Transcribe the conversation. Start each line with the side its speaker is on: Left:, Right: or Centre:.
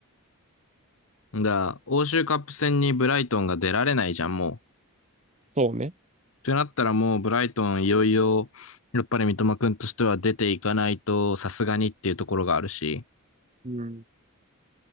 Left: だから、欧州カップ戦にブライトンが出られないじゃん、もう。
Right: そうね。
Left: ってなったらもうブライトンいよいよ、やっぱり三笘くんとしては出ていかないとさすがにっていうところがあるし。
Right: うん。